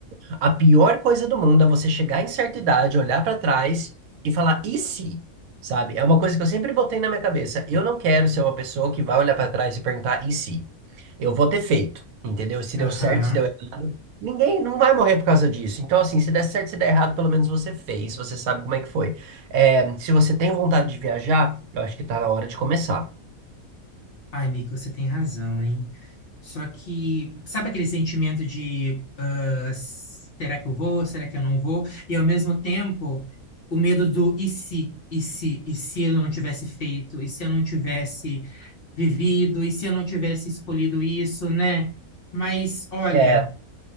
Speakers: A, on the right; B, on the left.
A: A pior coisa do mundo é você chegar em certa idade, olhar pra trás e falar, e se? Sabe? É uma coisa que eu sempre botei na minha cabeça. Eu não quero ser uma pessoa que vai olhar pra trás e perguntar, e se? Eu vou ter feito, entendeu? Se
B: aham.
A: deu certo, se deu errado. Ninguém não vai morrer por causa disso. Então, assim, se der certo, se der errado, pelo menos você fez, você sabe como é que foi. É, se você tem vontade de viajar, eu acho que tá na hora de começar.
B: Ai, Mika, você tem razão, hein? Só que, sabe aquele sentimento de ah, será que eu vou, será que eu não vou? E ao mesmo tempo, o medo do e se, e se, e se eu não tivesse feito, e se eu não tivesse vivido, e se eu não tivesse escolhido isso, né? Mas, olha,
A: É,